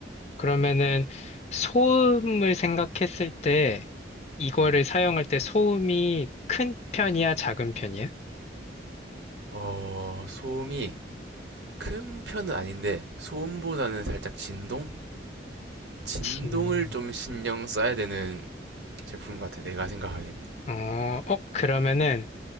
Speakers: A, on the left; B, on the right.
A: 그러면은 소음을 생각했을 때 이거를
B: 음.
A: 사용할 때 소음이 큰 편이야? 작은 편이야?
B: 어, 소음이 큰 편은 아닌데 소음보다는 살짝 진동? 진동을
A: 음,
B: 좀 신경 써야 되는 제품 같아. 내가 생각하기에는.
A: 어, 어, 그러면은